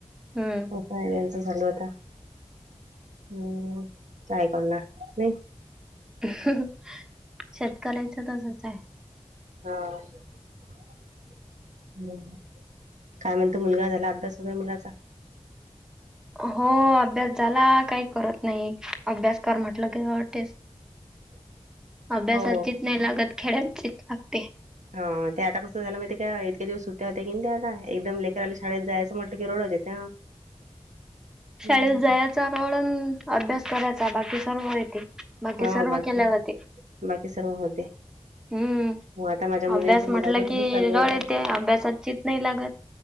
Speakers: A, in the centre; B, on the right.
A: हम्म,
B: हो फयन याचं चालू आता, <inaudible> हम् काय करणार, नाही.
A: <unintelligible> शेतकरायचं तसच आहे.
B: हा <unintelligible> हम्म, काय म्हणतो मुलगा झाला, अभ्यास होग मुलाचा
A: हो अभ्यास झाला, काही करत नाही. अभ्यास कर म्हटलं की नडतेच. अभ्यास
B: हो.
A: चीत नाही लागत, खेळतचीत लागते.
B: हा, ते आता कसं झालं माहीत ते का इतके दिवस सुट्ट्या होत्या की त्या आता, एकदम लेकरराला शाळेत जायचं म्हटलं की रडच येते. <unintelligible>
A: शाळेत
B: हम्म.
A: जायच रोळ अनं अभ्यास करायचा बाकी सर्व येते, बाकी
B: हा
A: सर्व
B: बाकी
A: केल्या जाते. <inaudible>
B: बाकी सर्व होते
A: हम्म
B: हो आता माझ्या मुलीच
A: अभ्यास
B: मुलाच
A: म्हटलं कि
B: तसच चालू
A: रळ
B: आहे आता
A: येत अभ्यासात चित नाही लागत,